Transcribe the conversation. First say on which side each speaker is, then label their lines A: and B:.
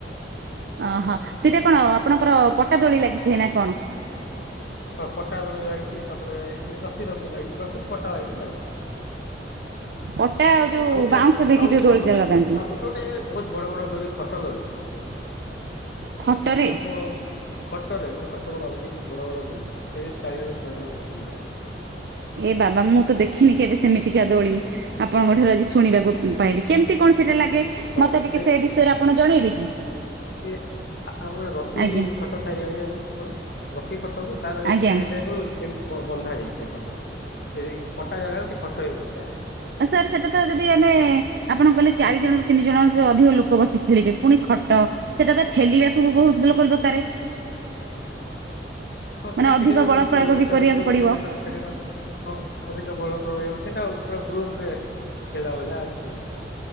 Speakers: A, on the right; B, on the left.
A: ଅ ହ ସେଇଟା କଣ ଆପଣଙ୍କର ପଟା ଦୋଳି ଲାଗିଥାଏ ନା କଣ?
B: ହଁ ପଟା ଦୋଳି ଲାଗିଛି ତାପରେ ଏ ରଶ ରଦି ଲାଗିଛି ରଶି ପଟା ଲାଗକି ଲାଗିଛି।
A: ପଟା ଆଉ ଯୋଉ
B: ଗୋଟେ
A: ବାଉଁଶ ଦେଇକି
B: ଆଉ
A: ଯୋଉ ଦୋଳି
B: ଆଉ ଗୋଟେ
A: ଟା ଲଗାନ୍ତି।
B: ଆଉ ଗୋଟେ ଗୋଟେ ଜାଗା ବହୁତ ବଡ ବଡ ଦୋଲି ଖଟ ଦଲି
A: ଖଟରେ
B: ସେ ଆମ ଖଟରେ ଗୋଟେ ଖଟକୁ ବାନ୍ଧିକି ବଡ ବଡ ଗୋଲିବ ସେଇ ଚାରି ଜଣ ଛଅ ଜଣ ବସିକି ଯାଣେ
A: ଏ ବାବା ମୁଁ ତ ଦେଖିନି କେବେ ସେମିତିକା ଦୋଳି। ଆପଣଙ୍କ ଠାରୁ ଆଜି ଶୁଣିବାକୁ ପାଇଲି କେମିତି କଣ ସେଟା ଲାଗେ
B: ହଁ
A: ମତେ ଟିକେ ସେ ବିଷୟରେ ଆପଣ ଜଣେଇବେ କି?
B: ସିଏ ଆମର ରସି
A: ଆଜ୍ଞା
B: ଖଟ ଥାଏ ଜାଣିଛନ୍ତି ସେ କଣ ରଶି ଖଟକୁ ତାର
A: ଆଜ୍ଞା
B: ସେଇଟାକୁ ସେମିତି ବ ବନ୍ଧା ଯାଏ ସେଇ ଖଟକୁ। ସେଇ ପଟା ଜାଗାରେ ସେ ଖଟ ବି ବନ୍ଧା ଯାଏ।
A: ଆ ସାର୍ ସେଟା ତ ଯଦି ଆମେ ଆପଣ କହିଲେ ଚାରି ଜଣରୁ ତିନି ଜଣ ସେ ଅଧିକ ଲୋକ ବସି ଖେଳିବେ ପୁଣି ଖଟ ସେଇଟା ତ ଠେଲିବାକୁ ବି ବହୁତ ଲୋକର ଦରକାର।
B: ହଁ
A: ମାନେ
B: ସେଟା
A: ଅଧିକ
B: ଖେଳିବା ବି
A: ବଳ
B: ବହୁତ
A: ପ୍ରୟୋଗ
B: ଲୋକ ଦରକାର।
A: ବି
B: ତା
A: କରିବାକୁ
B: ଉପରେ
A: ପଡିବ।
B: ବସିବେ ତାକୁ ଅଧିକ ବଳ ପ୍ରୟୋଗ ସେଇଟା ପୁରା ଗ୍ରୁପ ରେ <unintelligible>